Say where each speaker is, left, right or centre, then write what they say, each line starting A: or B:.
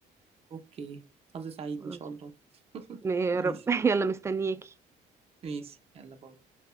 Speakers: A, on the right; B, on the right.
A: اوكي حظ سعيد
B: خلاص
A: ان شاء الله <laughs>
B: م- يا
A: ماشي
B: رب <laughs> يلا مستنياكي
A: ماشي يلا باي